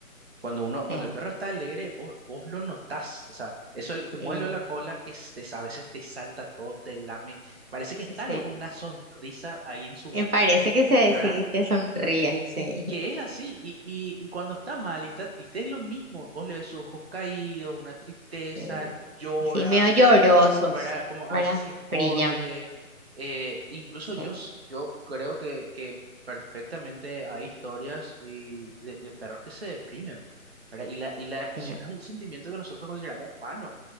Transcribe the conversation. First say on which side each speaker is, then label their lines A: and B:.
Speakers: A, on the right; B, on the right.
A: Cuando uno, cuando
B: sí
A: el perro está alegre, vos, vos lo notás. O sea, eso el que mueve
B: eh,
A: la cola, que s- te- a veces te salta todo, te lame. Parece que está
B: sí.
A: luego una sonrisa ahí en su boca,
B: Me parece que se
A: ¿verdad?
B: sí, que sonríe, sí.
A: Y, y que es así. Y, y, y cuando está mal y está triste, es lo mismo. Vos le ves sus ojos caídos, una tristeza,
B: eh,
A: llora
B: así medio llorosos,
A: ¿verdad? Como
B: ¿verdad?
A: a veces se esconde.
B: Brillan.
A: eh, incluso yo,
B: sí,
A: s- yo creo que, que perfectamente hay historias y de, de perros que se deprimen, ¿verdad? Y la, y la depresión
B: sí.
A: es un sentimiento que nosotros consideramos humano.